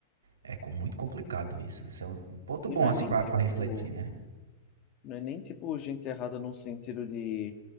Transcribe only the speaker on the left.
e
não
é nem
tipo.
Não é nem tipo gente errada no sentido de